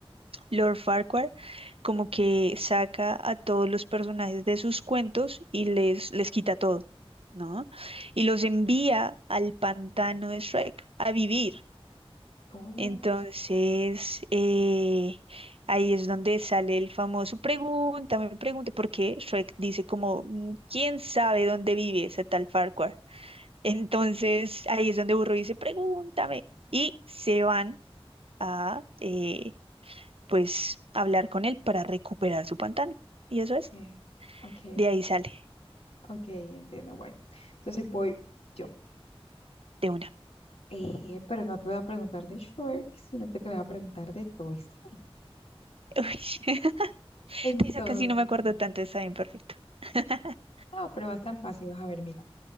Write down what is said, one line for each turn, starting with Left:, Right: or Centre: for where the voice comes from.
Right: Lord Farquhar como que saca a todos los personajes de sus cuentos y les, les quita todo, ¿no? Y los envía al pantano de Shrek a vivir.
Left: Oh,
Right: Entonces, eh, ahí es donde sale el famoso pregúntame, pregunte, porque Shrek dice como, "Mm, ¿quién sabe dónde vive ese tal Farquhar? <laughs> Entonces, ahí es donde Burro dice, pregúntame. Y se van a, eh, pues hablar con él para recuperar su pantano. Y eso es,
Left: ok, ok,
Right: de ahí sale,
Left: ok, entiendo. Bueno, entonces voy yo.
Right: de una.
Left: Eh, pero no te voy a preguntar de Shrek, sino que te voy a preguntar de Toy Story.
Right: <laughs> Uy,
Left: Entonces,
Right: de esa casi no me acuerdo tanto, está bien perfecto. <laughs>
Left: no, pero va a estar fácil, vas a ver, mira.